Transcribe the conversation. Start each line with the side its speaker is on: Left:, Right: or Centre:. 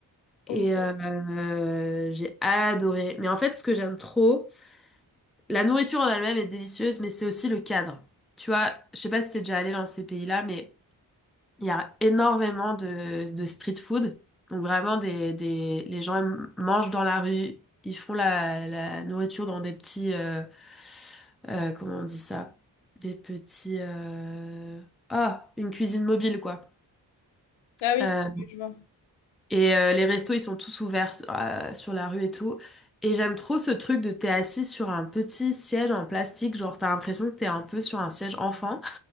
Left: Ok.
Centre: et euh, j'ai adoré. Mais en fait, ce que j'aime trop, la nourriture en elle-même est délicieuse, mais c'est aussi le cadre. Tu vois, je sais pas si t'es déjà allé dans ces pays-là, mais il y a énormément de, de street food. Donc vraiment, des, des, les gens ils mangent dans la rue, ils font la, la nourriture dans des petits... euh, euh, comment on dit ça? Des petits... euh, Ah, une cuisine mobile, quoi.
Left: Ah oui,
Centre: Euh,
Left: je vois.
Centre: et euh, les restos, ils sont tous ouverts euh, sur la rue et tout. Et j'aime trop ce truc de t'es assis sur un petit siège en plastique, genre t'as l'impression que t'es un peu sur un siège enfant.